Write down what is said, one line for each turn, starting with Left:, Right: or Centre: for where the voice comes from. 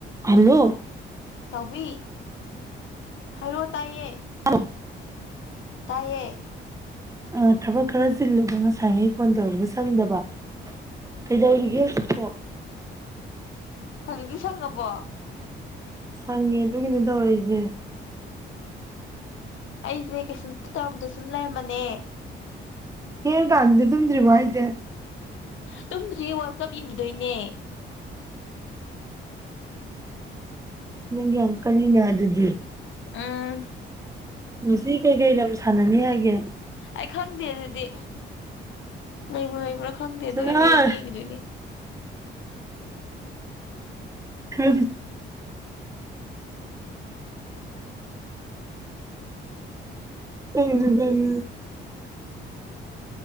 Right: hello
Left: ꯆꯥꯎꯕꯤꯤ ꯍꯥꯏꯔꯣ ꯇꯥꯏꯌꯦ
Right: ꯎꯣ
Left: ꯇꯌꯦ
Right: ꯑ ꯊꯕꯛ ꯈꯔ ꯆꯤꯜꯂꯨꯕ ꯉꯁꯥꯏꯉꯩ ꯐꯣꯟ ꯇꯧꯔꯝꯕ ꯆꯪꯗꯕ ꯀꯩꯗꯧꯔꯤꯒꯦ ꯆꯄꯣ
Left: ꯍꯧꯖꯤꯗꯤ ꯁꯪꯉꯕꯣ
Right: ꯁꯪꯉꯦ ꯑꯗꯨꯒꯤꯅꯦ ꯇꯧꯔꯛꯏꯁꯦ
Left: ꯑꯩꯁꯦ ꯀꯩꯁꯟꯇ ꯇꯧꯔꯝꯗ ꯁꯨꯝ ꯂꯩꯔꯝꯃꯅꯦ
Right: ꯍꯦ ꯀꯗꯂꯤ ꯑꯗꯨꯝꯗ꯭ꯔꯤꯚꯏꯗꯦ
Left: ꯇꯨꯝꯗ꯭ꯔꯤ ꯋꯥꯔꯜ ꯀꯞ ꯌꯦꯡꯈꯤꯗꯣꯏꯅꯦ
Right: ꯃꯪꯒꯤ ꯑꯪꯀꯜꯅꯤ ꯌꯥꯗꯨꯗꯤ
Left: ꯑꯝ
Right: ꯉꯁꯤ ꯀꯩꯀꯩ ꯂꯝ ꯁꯥꯟꯅꯅꯤ ꯍꯥꯏꯒꯦ
Left: ꯑꯩ ꯈꯪꯗꯦ ꯑꯗꯨꯗꯤ ꯂꯩꯕ꯭ꯔꯥ ꯂꯩꯕ꯭ꯔꯥ ꯈꯪꯗꯦ ꯑꯗꯨ
Right: ꯁꯅꯥꯔꯣꯏ
Left: ꯑꯣꯏꯔꯁꯨ ꯑꯩ ꯌꯦꯡꯈꯤꯤꯗꯣꯏꯅꯦ
Right: ꯀ ꯊꯦꯡ